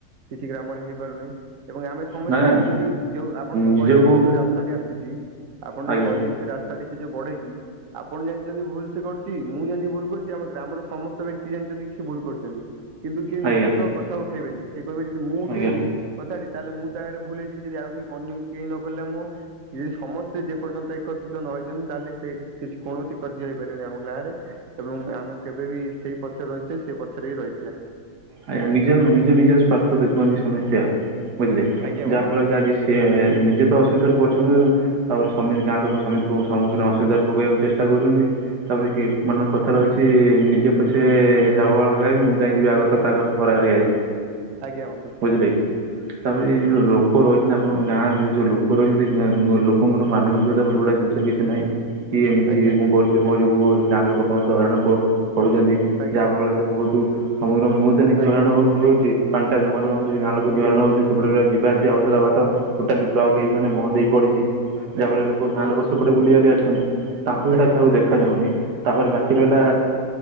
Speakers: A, on the right; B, on the right.
A: କିଛି ଗ୍ରାମରେ ହେଇପାରୁନି ଏବଂ ଆମେ ସମସ୍ତେ
B: ନାଇଁ
A: ଜାଣିଛନ୍ତି ଯେଉଁ ଆପଣ ଯେଉଁ
B: ନିଜକୁ
A: କହିଲେ କି ସେ ଯେଉଁ ରା ସ୍ତା ଟି ଆସିଛି ଆପଣ
B: ଆଜ୍ଞା
A: ଯୋଉ କହିଲେ କି ସେ ରାସ୍ତା ସେ ଯୋଉ ବଢେଇଛି ଆପଣ ଜାଣିଛନ୍ତି ଭୁଲ୍ ସେ କର ଚି ମୁଁ ଜାଣିଛି ଭୁଲ୍ କରୁଛି ଆମ ଗ୍ରାମର ସମସ୍ତ ବ୍ୟକ୍ତି ଜାଣିଛନ୍ତି କି ସେ ଭୁଲ୍ କରିଛନ୍ତି। କିନ୍ତୁ କିଏ ନିଜସ୍ୱ
B: ଆଜ୍ଞା
A: କଥା ଉଠେଇବେନି। ସିଏକହିବ ଯଦି ମୁଁ ଉଠେଇଲି
B: ଆଜ୍ଞା
A: କଥା ଟି ତାହେଲେ ମୁଁ ତା ଆଗରେ ଭୁଲ୍ ହେଇଯିବି ଯଦି ଆଉ କିଏ ଅନ୍ୟ କେହି ନ ଖୋଲିଲା ମୁଁ ଯଦି ସମସ୍ତେ ଯେ ପର୍ଯ୍ୟନ୍ତ ଏକତ୍ରିତ ନ ହେଇଛନ୍ତି ତାହେଲେ ସେ କିଛି କୌଣସି କାର୍ଯ୍ୟ ହେଇପାରିବନି ଆମ ଗାଁ ରେ ଏବଂ ଆମେ କେବେ ବି ସେଇ ପଛରେ ରହିଛେ ସେଇ ପଛରେ ହିଁ ରହିଥିବା।
B: ଆଜ୍ଞା ନିଜ ନିଜ ନିଜ ସ୍ୱାର୍ଥ ଦେଖନ୍ତି ସମସ୍ତେ ଆଉ ବୁଝିଲେକି
A: ଆଜ୍ଞା
B: ଯାହାଫଳ
A: ବନ୍ଧୁ
B: କି ଆଜି ସେ ନିଜେ ତ ଅସୁବିଧାରେ ପଡିଛନ୍ତି ତାପରେ ସମିତି ଗାଁ ଲୋକ ସମମିତି କୁ ସମ୍ମୁଖୀନ ଅସୁବିଧାରେ ପକେଇବାକୁ ଚେଷ୍ଟା କରୁଛନ୍ତି। ତାପରେ କି ମାନ କଥା ର ଅଛି ନିଜେ ପଛେ ଶାଗ ବାଳ ମୁଁ କାଇହିଁ ଯିବି ଆକଥା ତାକଥା ହର ହରି ଗାଈ
A: ଆଜ୍ଞା ବନ୍ଧୁ
B: ବୁଝିଲେ କି ତାପରେ ଏଯୋଉ ଲୋକ ରହିଛନ୍ତି ଆପଣଙ୍କ ଗାଁ ରେ ଯୋଉ ଲୋକ ରହିଛନ୍ତି ସେ ଲୋକଙ୍କର ମାନବିକତା ଗୋଟେ ଗୁଟେ ଜିନିଷ କିଛି ନାହିଁ। କି ଏମିତି
A: ଆଜ୍ଞା
B: ମୁଁ କରୁଛି ମୋ ଯୋଗୁଁ ଗାଁ ଲୋକ ହନ୍ତ ହଇରାଣ ପଢ ପଢୁଛନ୍ତି।
A: ଆଜ୍ଞା
B: ଯାହା ଫଳରେ ବହୁତୁ ସମଗ୍ର ମୁଁ ତ ନିଜ
A: ଆଜ୍ଞା
B: ହଇରାଣ
A: ଆଜ୍ଞା
B: ହଉଛି ହଉଛି ପାଣିଟା ଜମାଟ ବାନ୍ଧୁଛି ଗାଁ ଲୋକ <unintelligible> ହଉଛି ସେପଟେ ଯିବା ଆସିବା ହଉଥିଲା ବାଟ ଟୋଟାଲି
A: ଆଜ୍ଞା
B: ବ୍ଲକ୍ ହେଇ ମାନେ ବନ୍ଦ ହେଇ ପଡିଛି
A: ଆଜ୍ଞା
B: ଯାହା ଫଳ ଲୋ ଗାଁ ଲୋକ ସେପଟେ ବୁଲିିବାଲି ଆସୁଛନ୍ତି ତାଙ୍କୁ ହେଇଟା
A: ଆଜ୍ଞା
B: ଆଉ ଦେଖାଯାଉନି। ତାପରେ ବାକି ରହିଲା